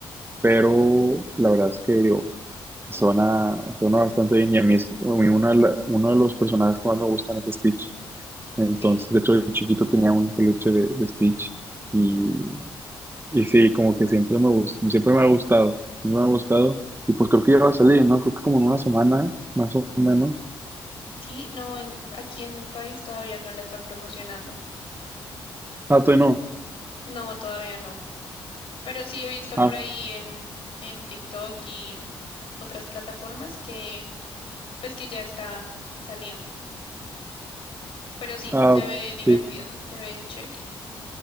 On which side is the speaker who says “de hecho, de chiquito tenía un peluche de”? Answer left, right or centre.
Right